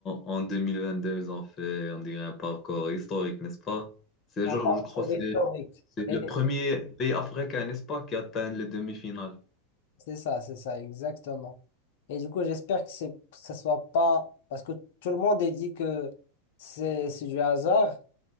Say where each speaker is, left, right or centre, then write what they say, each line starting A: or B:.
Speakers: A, on the left; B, on the left.
A: en 2022, ils ont fait, on dirait, un parcours historique, n'est-ce pas? C'est,
B: un
A: genre,
B: parcours
A: je crois que c'est
B: historique.
A: c'est
B: Et
A: le premier pays africain, n'est-ce pas, qui atteint les demi-finales.
B: c'est ça, c'est ça, exactement. Et du coup, j'espère que c'est, que ça soit pas, parce que tout le monde est dit que c'est c'est du hasard,